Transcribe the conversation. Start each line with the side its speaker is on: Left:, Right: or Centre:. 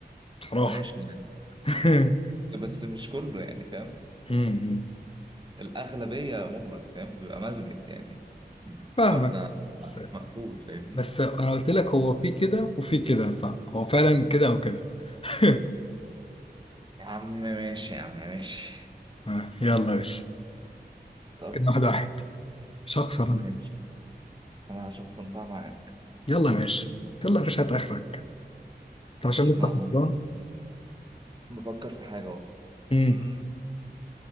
Left: بصراحه
Right: ماشي يعني
Left: <laughs>
Right: بس مش كله يعني فاهم
Left: امم.
Right: الاغلبيه مغلق فاهم بيبقى مسجد يعني
Left: فاهمك
Right: مبنى
Left: بس
Right: م- مقفول فاهمني
Left: بس انا قلت لك هو في كده وفي كده فهو فعلا كده او كده <laughs>
Right: يا عم ماشي يا عم ماشي
Left: آه، يلا يا باشا
Right: طيب
Left: كده واحد واحد مش هخسر
Right: ماشي
Left: أنا.
Right: انا شخصنتها معاك
Left: يلا يا باشا يلا يا باشا هات اخرك انت
Right: ماشي
Left: عشان لسه
Right: انا
Left: خسران
Right: بفكر في حاجه اهو
Left: امم
Right: مم،